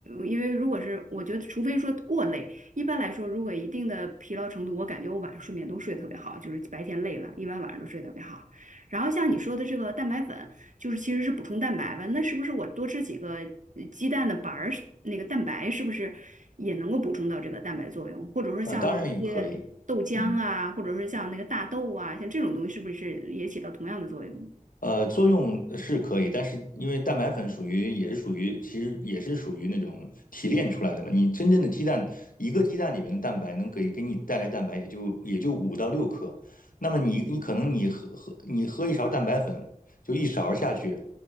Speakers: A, on the right (about 65°); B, on the left (about 85°).
A: 因为如果是我觉得，除非说过累，一般来说，如果一定的疲劳程度，我感觉我晚上睡眠都睡得特别好，就是白天累了，一般晚上都睡得特别好。然后像你说的这个蛋白粉。就是其实是补充蛋白吧。那是不是我多吃几个呃鸡蛋的白儿，那个蛋白是不是也能够补充到这个蛋白作用？或者说像一些豆浆啊，
B: 呃，当然也可以，嗯。
A: 或者说像那个大豆啊，像这种东西，是不是也起到同样的作用？
B: 呃，作用呃是可以，但是因为蛋白粉属于也是属于，其实也是属于那种提炼出来的嘛。你真正的鸡蛋，一个鸡蛋里面的蛋白能给给你带来蛋白，也就也就五到六克。那么你你可能你喝喝你喝一勺蛋白粉，就一勺下去，